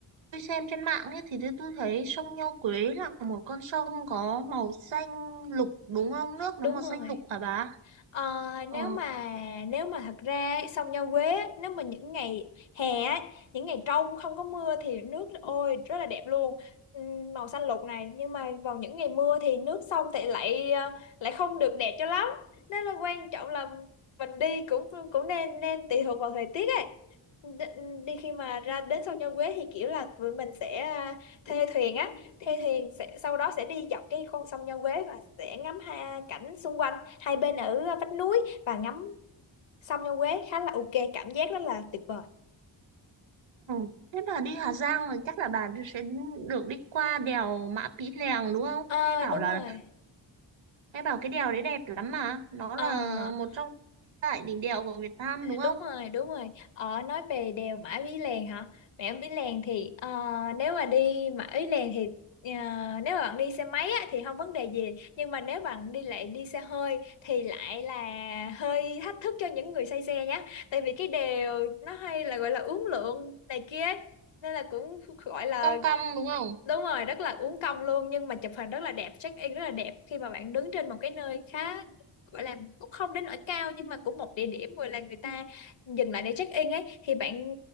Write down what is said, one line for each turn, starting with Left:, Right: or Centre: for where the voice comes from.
Right: tôi xem trên mạng ấy thì tôi tôi thấy sông Nho Quế là một con sông có màu xanh lục đúng không? Nước
Left: đúng
Right: nó màu
Left: rồi
Right: xanh lục hả bà?
Left: Ờ,
Right: Ờ,
Left: nếu mà nếu mà thật ra sông Nho Quế á, nếu mà những ngày hè á, những ngày trong không có mưa thì nước ôi rất là đẹp luôn Ừm, màu xanh lục này nhưng mà vào những ngày mưa thì nước sông thì lại ờ, lại không được đẹp cho lắm nên là quan trọng là mình đi cũng cũng nên nên tùy thuộc vào thời tiết ấy Đ- đi khi mà ra đến sông Nho Quế thì kiểu là tụi mình sẽ à, thuê thuyền á thuê thuyền sẽ sau đó sẽ đi dọc cái con sông Nho Quế và sẽ ngắm ha, cảnh xung quanh hai bên ở à, vách núi và ngắm sông Nho Quế khá là ok cảm giác rất là tuyệt vời
Right: ừ. Thế bà đi Hà Giang là chắc là bà sẽ được đi qua đèo Mã Pí Lèng đúng không?
Left: à,
Right: Nghe bảo
Left: đúng
Right: là
Left: rồi
Right: Nghe bảo cái đèo đấy đẹp lắm mà. Nó
Left: à,
Right: là một trong tại đỉnh đèo của Việt Nam đúng không?
Left: đúng rồi đúng rồi ờ, nói về đèo Mã Pí Lèng hả Mã Pí Lèng thì ờ, nếu mà đi Mã Pí Lèng thì ờ, nếu mà bạn đi xe máy á, thì không vấn đề gì nhưng mà nếu bạn đi lại đi xe hơi thì lại là hơi thách thức cho những người say xe nhé tại vì cái đèo nó hay là gọi là uốn lượn này kia ấy. nên là cũng gọi là
Right: Cong cong đúng không?
Left: Đúng rồi, rất là uốn cong luôn nhưng mà chụp hình rất là đẹp, check in rất là đẹp khi mà bạn đứng trên một cái nơi khá gọi là cũng không đến nỗi cao nhưng mà cũng một địa điểm gọi là người ta dừng lại để check in ấy thì bạn